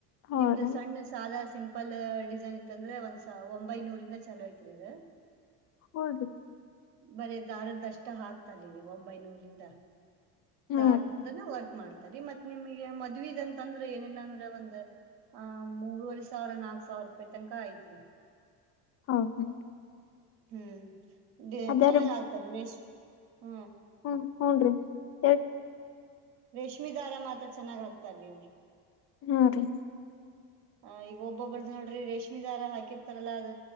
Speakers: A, on the left; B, on the right.
A: ಹೌದನ್
B: ನಿಮ್ದು ಸಣ್ಣ ಸಾದಾ ಸಿಂ ಪಲ್ ಡಿಸೈನ್ ಇತ್ತ ಅಂದ್ರೆ ಒಂದ್ಸ ಒಂಬೈನೂರಿಂದ ಚಾಲೋ ಐತ್ರಿ ಅದ.
A: ಹೌದಾ
B: ಬರೇ ದಾರದಷ್ಟ ಹಾಕ್ತರಿ ಒಂಬೈನೂರಿಂದ.
A: ಹಾ
B: ದಾರದಿಂದನ ವರ್ಕ್ ಮಾಡ್ತಾರಿ ಮತ್ತ್ ನಿಮಗೆ ಮದ್ವಿದ ಅಂತ ಅಂದ್ರ ಏನಿಲ್ಲ ಅಂದ್ರ ಒಂದ ಆ ಮೂರರುವರೆ ಸಾವಿರ, ನಾಕ ಸಾವಿರ ರೂಪಾಯಿ ತನಕ ಐತ್ರಿ.
A: ಹೌದೇನ್
B: ಹ್ಮು
A: ಅದೇ
B: ಚೆನ್ನಾಗ್ ಹಾಕ್ತಾರೆ <unintelligible> ಅ.
A: ಹು ಹೂನ್ರಿ ಹೇಳ್ರಿ.
B: ರೇಷ್ಮಿ ದಾರ ಮಾತ್ರ ಚೆನ್ನಾಗ ಹಾಕ್ತಾರೀ ಅವ್ರ.
A: ಹ್ಮ ರೀ.
B: ಆ ಈಗ ಒಬ್ಬೊಬ್ಬರ್ದ ನೋಡ್ರಿ ರೇಷ್ಮೆ ದಾರ ಹಾಕಿರ್ತಾರಲ್ಲಾ ಅದ